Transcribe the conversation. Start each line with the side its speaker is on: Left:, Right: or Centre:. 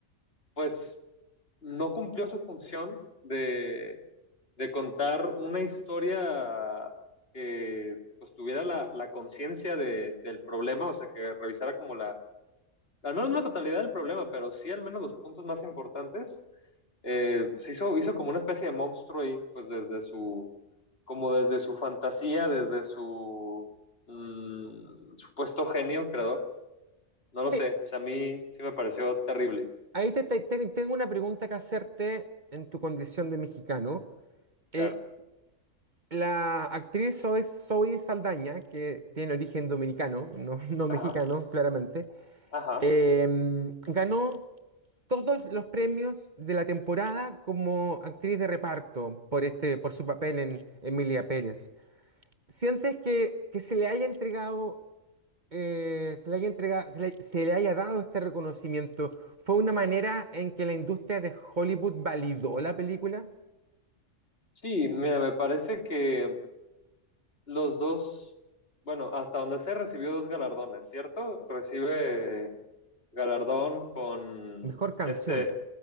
Left: pues no cumplió su función de, de contar una historia que pues, tuviera la, la conciencia de- del problema, o sea, que revisara como la, al menos no la totalidad del problema, pero sí al menos los puntos más importantes, eh, pues hizo, hizo como una especie de monstruo y pues desde su, como desde su fantasía, desde su mm, supuesto genio creador, no lo
Right: Sí,
Left: sé, o sea, a mí sí me pareció terrible,
Right: ahí te, te- te- tengo una pregunta que hacerte en tu condición de mexicano. Eh,
Left: claro.
Right: La actriz Zoe, Zoe Saldaña, que tiene origen dominicano, no, <laughs> no mexicano,
Left: Ajá,
Right: claramente,
Left: ajá.
Right: eh, ganó todos los premios de la temporada como actriz de reparto por, este, por su papel en Emilia Pérez. ¿Sientes que, que se le haya entregado, eh, se le haya entregado, se le, se le haya dado este reconocimiento? ¿Fue una manera en que la industria de Hollywood validó la película?
Left: Sí, mira, me parece que los dos, bueno, hasta donde sé, recibió dos galardones, ¿cierto? Recibe galardón con
Right: Mejor canción.
Left: este,